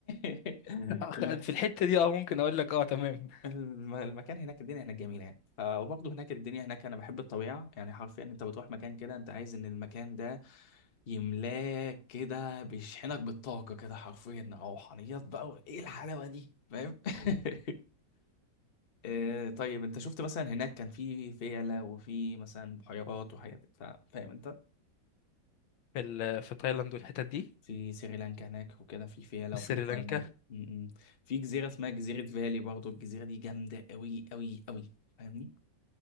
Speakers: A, on the left; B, on the left.
A: <laughs>
B: أخ-
A: ال-
B: في الحتة دي اه ممكن اقول لك اه تمام
A: الم- المكان هناك الدنيا هناك جميلة يعني ف- وبرضه هناك الدنيا هناك أنا بحب الطبيعة يعني حرفيا أنت بتروح مكان كده أنت عايز إن المكان ده يملاك كده بيشحنك بالطاقة كده حرفيا روحانيات بقى وايه الحلاوة دي فاهم <laughs> آه، طيب انت شفت مثلا هناك كان في فيلة وفي مثلا بحيرات وحاجات فا- فاهم انت
B: في ال- في تايلاند والحتت دي
A: في سريلانكا هناك وكده في فيلة
B: في
A: وفي
B: سريلانكا
A: في تايلاند م- م. في جزيرة اسمها جزيرة فالي برضو الجزيرة دي جامدة قوي قوي قوي فاهمني